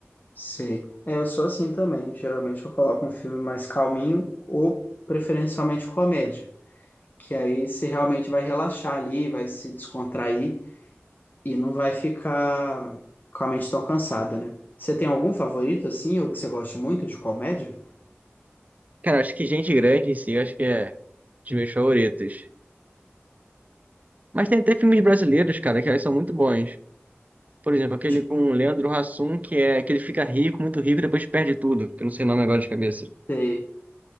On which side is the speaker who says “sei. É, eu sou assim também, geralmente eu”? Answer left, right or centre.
Left